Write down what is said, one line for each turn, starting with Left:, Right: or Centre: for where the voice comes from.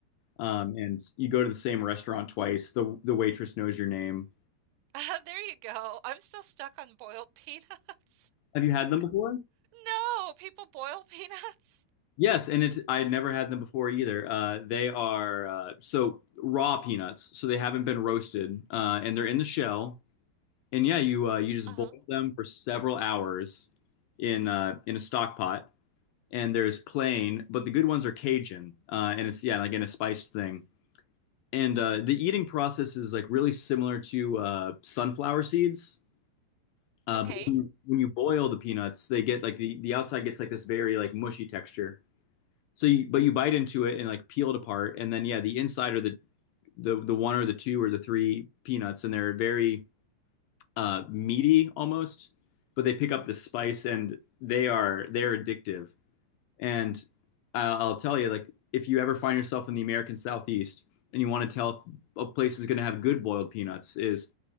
Left: um, and you go to the same restaurant twice. The the waitress knows your name.
Right: <laughs> there you go. I'm still stuck on boiled peanuts. <laughs>
Left: Have you had them before?
Right: No, people boil peanuts.
Left: Yes, and it, I had never had them before either. Uh, they are uh, so raw peanuts, so they haven't been roasted, uh, and they're in the shell. And yeah, you uh, you just
Right: Uh-huh.
Left: boil them for several hours in uh, in a stock pot, and there's plain, but the good ones are Cajun, uh, and it's yeah, again a spiced thing. And uh, the eating process is like really similar to uh, sunflower seeds. Uh,
Right: Okay.
Left: but when you, when you boil the peanuts, they get like the, the outside gets like this very like mushy texture. So you but you bite into it and like peel it apart, and then yeah, the inside are the the the one or the two or the three peanuts, and they're very uh, meaty almost. But they pick up the spice, and they are they're addictive. And I'll, tell you, like, if you ever find yourself in the American Southeast and you want to tell if a place is going to have good boiled peanuts, is